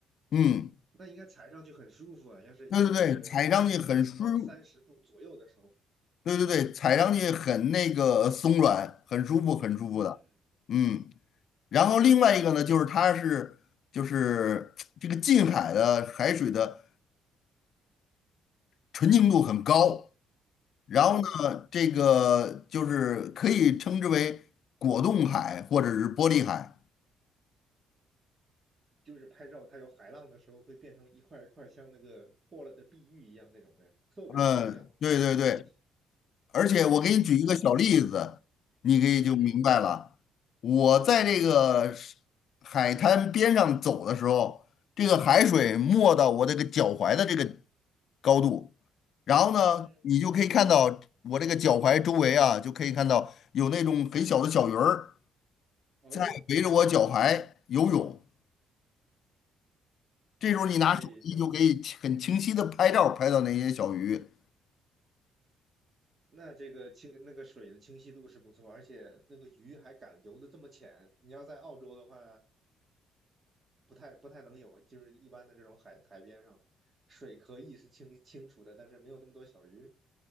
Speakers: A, on the left; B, on the right.
A: 嗯。
B: 那应该踩上去很舒服啊。要是就是温度不怎么高，
A: 对对对，踩上去很舒，
B: 三十度左右的时候，
A: 对对对，踩上去很那个松软，很舒服，很舒服的。
B: 嗯，
A: 嗯，然后另外一个呢，就是它是就是这个近海的海水的纯净度很高，然后呢，
B: 哦，
A: 这个就是可以称之为果冻海或者是玻璃海。
B: 就是拍照它有海浪的时候，会变成一块一块像那个破了的碧玉一样那种的，特别透亮，
A: 嗯，对对对，
B: 见底。
A: 而且我给你举一个小例子，
B: 嗯，那好看。
A: 你可以就明白了。
B: 嗯嗯
A: 我在这个是海滩边上走的时候，这个海水没到我这个脚踝的这个高度，然后呢，
B: 嗯，
A: 你就可以看到我这个脚踝周围啊，就可以看到有那种很小的小鱼儿
B: 哎呦，
A: 在围着我脚踝游泳。这时候你拿手机就可以很清晰的拍照，
B: 可以，就
A: 拍到那些小鱼。
B: 那这个清那个水的清晰度是不错，而且那个鱼还敢游得这么浅。你要在澳洲的话，不太不太能有，就是一般的这种海海边上，水可以是清清楚的，但是没有那么多小鱼，